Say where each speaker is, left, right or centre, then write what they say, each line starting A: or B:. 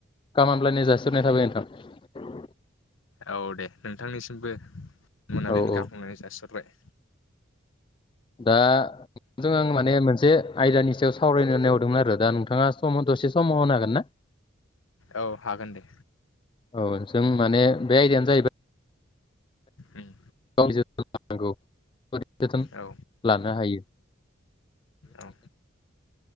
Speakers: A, on the left; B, on the left.
A: गाहाम हामलायनाय जासिहरनाय थाबाय नोंथां।
B: औ दे नोंथांनिसिमबो। मोनाबिलिनि
A: औ औ
B: गाहाम हामलायनाय जासिहरबाय।
A: दा जों माने मोनसे आयदानि सायाव सावरायनो होननाया हरदोंमोन आरो। दा नोंथाङा सम दसे समाव होनागोन ना?
B: औ हागोन दे।
A: औ जों माने बे आयदायानो जाहैबाय
B: उम
A: गाव जोथोन लानो लानांगौ बोरै जोथोन
B: औ
A: लानो हायो?
B: औ